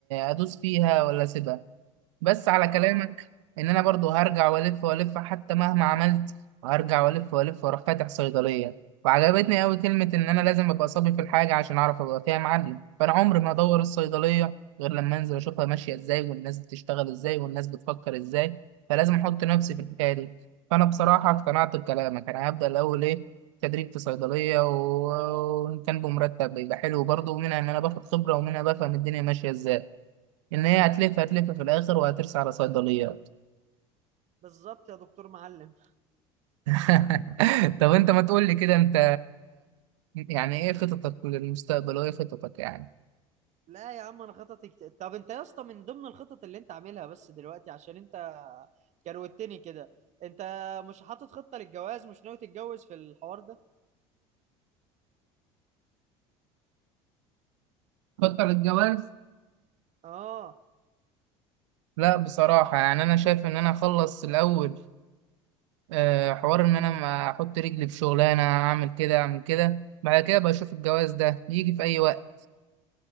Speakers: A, on the right; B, on the right.
A: أدوس فيها ولا أسيبها بس على كلامك
B: اه
A: ان انا برضو هرجع والف والف حتى مهما عملت هرجع والف والف واروح فاتح صيدليه وعجبتني قوي كلمه ان انا لازم ابقى صبي في الحاجه عشان اعرف ابقى فيها معلم فانا عمري ما
B: بس
A: ادور الصيدليه غير لما انزل اشوفها ماشيه ازاي والناس بتشتغل ازاي والناس بتفكر ازاي فلازم احط نفسي في الحكايه دي فانا بصراحه اقتنعت بكلامك انا هبدا الاول ايه تدريب في صيدليه و- وان كان بمرتب بيبقى حلو برضه ومنها ان انا باخد خبره ومنها بفهم الدنيا ماشيه ازاي ان هي هتلف هتلف في الاخر وهترسى على صيدليات
B: بالظبط يا دكتور معلم
A: <laughs> طب انت ما تقول لي كده انت يعني ايه خططك للمستقبل وايه خططك يعني
B: لا يا عم انا خططي كت... طب انت يا اسطى من ضمن الخطط اللي انت عاملها بس دلوقتي عشان انت كروتني كده انت مش حاطط خطة للجواز مش ناوي تتجوز في الحوار ده
A: خطة للجواز
B: اه
A: لا بصراحة يعني انا شايف ان انا اخلص الاول آه، حوار ان انا ما احط رجلي في شغلانة اعمل كده اعمل كده بعد كده بشوف الجواز ده يجي في اي وقت